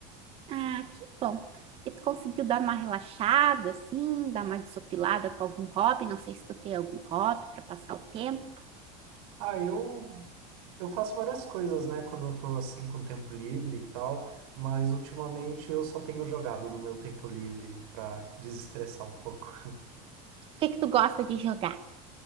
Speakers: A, on the right; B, on the right.
A: Ah, que bom. E tu conseguiu dar uma relaxada, assim, dar uma desopilada com algum hobby? Não sei se tu tem algum hobby para passar o tempo.
B: Ah, eu, eu faço várias coisas, né, quando eu tô assim com tempo livre e tal, mas ultimamente eu só tenho jogado no meu tempo livre para desestressar um pouco.
A: O que é que tu gosta de jogar?